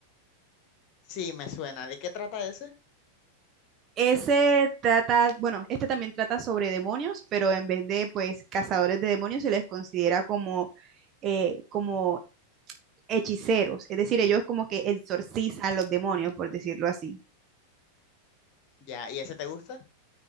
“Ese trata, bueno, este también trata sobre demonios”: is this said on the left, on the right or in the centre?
Right